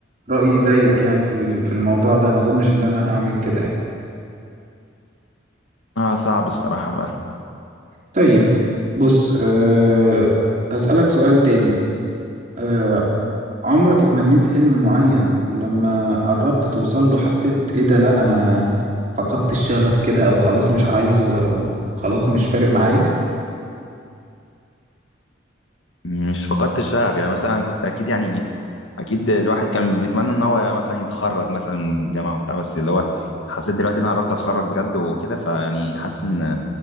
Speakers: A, on the right; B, on the left.
A: رأيي زيك يعني في ال- في الموضوع ده ما أظنش إن أنا هعمل كده يعني
B: اه صعب الصراحة
A: طيب بص أه هسألك سؤال تاني أه عمرك اتمنيت حلم معين ولما قربت توصل له حسيت إيه ده لأ أنا فقدت الشغف كده أو خلاص مش عايزه أو خلاص مش فارق معايا
B: مش فقدت الشغف يعني مثلا كنت اكيد يعني اكيد الواحد كان بيتمنى ان هو مثلا يتخرج مثلا من الجامعه وبتاع بس اللي هو حسيت دلوقتي ان انا قربت اتخرج بجد وكده فيعني حاسس ان